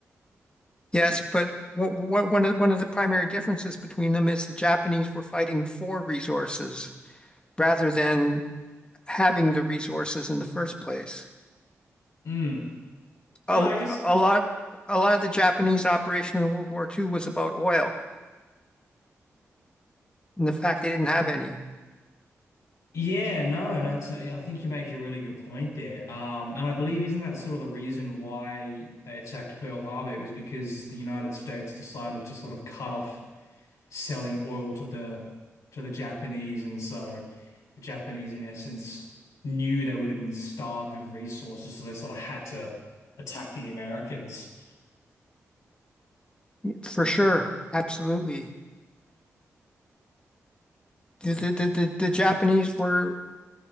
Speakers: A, on the left; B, on the left.
A: Yes, but one, one of, one of the primary differences between them is the Japanese were fighting for resources rather than having the resources in the first place.
B: Mm. Yeah,
A: A,
B: I guess.
A: a lot, a lot of the Japanese operation in World War Two was about oil. And the fact they didn't have any.
B: Yeah, no, no, it's a, I think you make a really good point there. Um, and I believe isn't that sort of the reason why they attacked Pearl Harbor? It was because the United States decided to sort of cut off selling oil to the to the Japanese, and so the Japanese, in essence, knew they would have been starved of resources, so they sort of had to attack the Americans.
A: Yeah, For sure, absolutely. The the the, the, the Japanese were